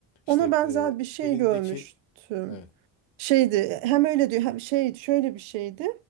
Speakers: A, on the left (about 70°); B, on the right (about 75°).
A: İşte
B: Ona benzer
A: e,
B: bir şey
A: elindeki
B: görmüştüm.
A: evet
B: Şeydi hem öyle diyor hem şey şöyle bir şeydi.